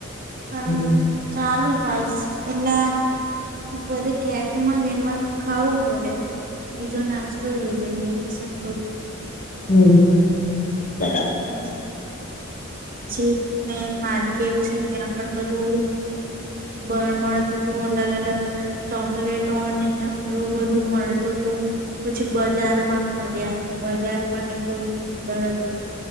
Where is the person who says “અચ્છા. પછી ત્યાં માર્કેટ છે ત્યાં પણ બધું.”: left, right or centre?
Right